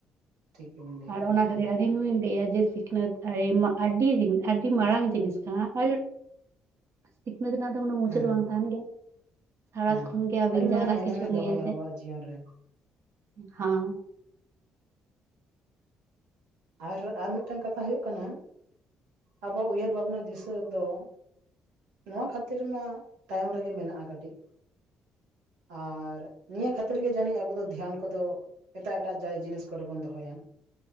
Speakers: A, on the right; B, on the right.
A: ᱴᱷᱤᱠ ᱜᱮᱵᱤᱱ ᱞᱟᱹᱭ
B: ᱟᱨ
A: ᱠᱮᱜᱼᱟ
B: ᱚᱱᱟ
A: ᱮᱠᱫᱚᱢ
B: ᱠᱷᱟᱹᱛᱤᱨ ᱤᱧ ᱦᱩᱸᱧ ᱞᱟᱹᱭᱟ ᱡᱮ ᱥᱤᱠᱷᱱᱟᱹᱛ ᱟᱹᱰᱤ ᱟᱹᱰᱤ ᱟᱹᱰᱤ ᱢᱟᱨᱟᱝ ᱡᱤᱱᱤᱥ ᱠᱟᱱᱟ ᱟᱨ <inaudible> ᱥᱤᱠᱷᱱᱟᱹᱛ ᱨᱮᱱᱟᱜ ᱫᱚ ᱠᱳᱱᱚ ᱢᱩᱪᱟᱹᱫ
A: ᱦᱮᱸ
B: ᱫᱚ ᱵᱟᱝ ᱛᱟᱦᱮᱱ ᱜᱮᱭᱟ ᱥᱟᱨᱟ
A: ᱦᱮᱸ
B: ᱠᱷᱚᱱᱜᱮ ᱟᱹᱵᱤᱱ
A: ᱟᱹᱰᱤ
B: ᱡᱟᱦᱟᱱᱟᱜ
A: ᱢᱟᱨᱟᱝ ᱮᱱᱮᱢᱮ
B: ᱠᱤᱪᱷᱩ ᱱᱤᱭᱟᱹᱛᱮ
A: ᱫᱚᱦᱚᱭᱟ ᱟᱵᱚᱣᱟᱜ ᱡᱤᱭᱚᱱ ᱨᱮ
B: ᱦᱟᱸ
A: ᱟᱨ ᱟᱨ ᱢᱤᱫᱴᱟᱝ ᱠᱟᱛᱷᱟ ᱦᱳᱭᱳᱜ ᱠᱟᱱᱟ ᱟᱵᱚ ᱩᱭᱦᱟᱹᱨ ᱵᱷᱟᱵᱽᱱᱟ ᱫᱤᱥᱟᱹ ᱫᱚ ᱱᱚᱣᱟ ᱠᱷᱟᱹᱛᱤᱨ ᱢᱟ ᱛᱟᱭᱚᱢ ᱨᱮᱜᱮ ᱢᱮᱱᱟᱜᱼᱟ ᱠᱟᱹᱴᱤᱡ ᱟᱨ ᱱᱤᱭᱟᱹ ᱠᱷᱟᱹᱛᱤᱨ ᱜᱮ ᱡᱟᱹᱱᱤᱡ ᱟᱵᱚ ᱫᱚ ᱫᱷᱮᱭᱟᱱ ᱠᱚᱫᱚ ᱮᱴᱟᱜ ᱮᱴᱟᱜ ᱡᱟᱭ ᱡᱤᱱᱤᱥ ᱠᱚᱨᱮ ᱵᱚᱱ ᱫᱚᱦᱚᱭᱟ